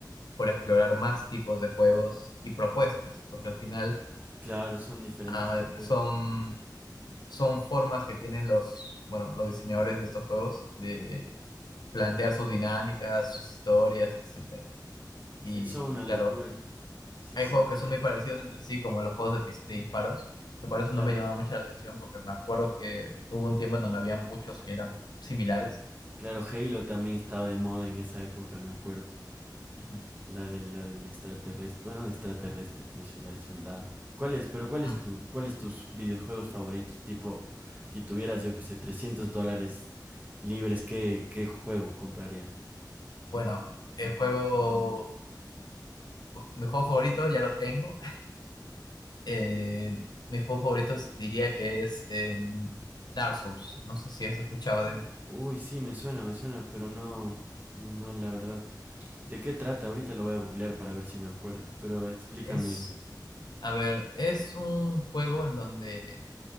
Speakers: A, on the left; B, on the right.
A: por explorar más tipos de juegos y propuestas, porque al final
B: Claro, son diferentes
A: ah,
B: propuestas.
A: son, son formas que tienen los, bueno, los diseñadores de estos juegos de plantear sus dinámicas, sus historias, etcétera. Y
B: Sí, son una
A: claro,
B: locura. Sí,
A: Hay
B: sí,
A: juegos que son muy parecidos entre sí, como los juegos de, pis- de disparos, que por eso
B: claro.
A: no me llamaba mucho la atención, porque me acuerdo que hubo un tiempo en donde había muchos que eran similares.
B: Claro, Halo también estaba de moda en esa época, me acuerdo.
A: Ujú.
B: La del, la del extraterrestre, bueno, no extraterrestre, pero sí la del soldado. ¿Cuál es, pero cuál es
A: Mm.
B: tu, cuál es tus videojuegos favoritos? Tipo, si tuvieras, yo que sé, 300 dólares libres, ¿qué, qué juego comprarías?
A: Bueno, el juego, mi juego favorito ya lo tengo. Eh, mi juego favorito es- diría que es eh, Dark Souls. No sé si has escuchado de él.
B: Uy, sí, me suena, me suena, pero no, no, la verdad. ¿De qué trata? Ahorita lo voy a googlear para ver si me acuerdo, pero explícame.
A: Es, a ver, es un juego en donde